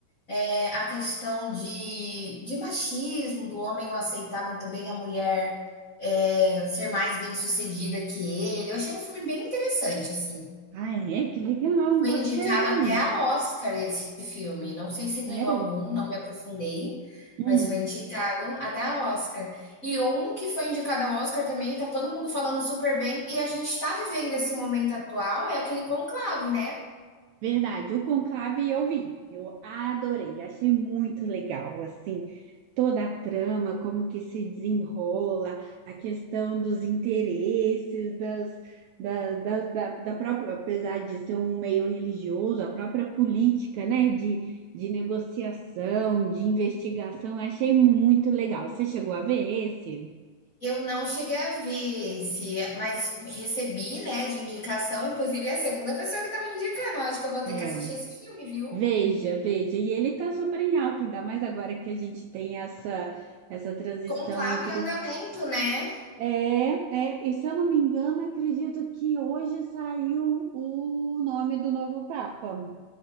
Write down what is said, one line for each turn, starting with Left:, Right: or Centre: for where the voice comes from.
Left: é, a questão de, de machismo, do homem não aceitar muito bem a mulher é, ser mais bem-sucedida que ele. Eu achei um filme bem interessante, assim.
Right: Ah, é? Que legal,
Left: Foi
Right: gostei.
Left: indicado até a Oscar esse filme, não sei se ganhou
Right: Sério?
Left: algum, não me aprofundei,
Right: Hum.
Left: mas foi indicado até a Oscar. E um que foi indicado ao Oscar também, tá todo mundo falando super bem, e a gente tá vivendo esse momento atual, é aquele conclave, né?
Right: Verdade, o Conclave eu vi, eu adorei, achei muito legal, assim, toda a trama, como que se desenrola, a questão dos interesses, das, da, da, da, da própria, apesar de ser um meio religioso, a própria política, né, de, de negociação, de investigação, eu achei muito legal. Você chegou a ver esse?
Left: Eu não cheguei a ver esse, mas recebi, né, de indicação, inclusive é a segunda pessoa que tá me indicando, eu acho que eu vou ter
Right: É,
Left: que assistir esse filme, viu?
Right: veja, veja, e ele tá super em alta, ainda mais agora que a gente tem essa essa transição
Left: Conclave
Right: entre
Left: em andamento, né?
Right: É, é, e se eu não me engano, acredito que hoje saiu o nome do novo Papa.